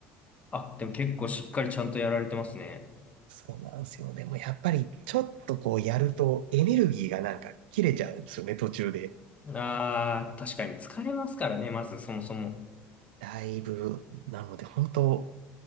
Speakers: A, on the left; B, on the right.
A: あ、でも結構しっかりちゃんとやられてますね。
B: う。そうなんですよ。でもやっぱり、ちょっとこう、やると、エネルギーがなんか切れちゃうんですよね、途中で。
A: ああ、確かに疲れますからね、まずそもそも。
B: だいぶ、なので、本当